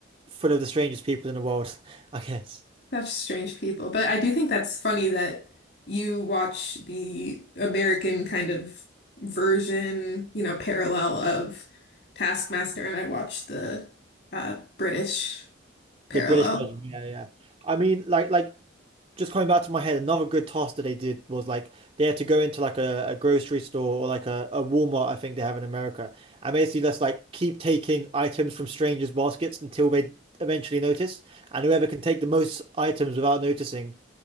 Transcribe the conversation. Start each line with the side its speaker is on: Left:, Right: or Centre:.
Right: full of the strangest people in the world, <laughs> I guess.
Left: Such strange people. But I do think that's funny that you watch the American kind of version, you know, parallel of Taskmaster, and I watch the uh, British parallel.
Right: The British version, yeah, yeah. I mean, like, like just coming back to my head, another good task that they did was like they had to go into like a, a grocery store or like a, a Walmart, I think they have in America, and basically just like keep taking items from strangers' baskets until they eventually notice, and whoever can take the most items without noticing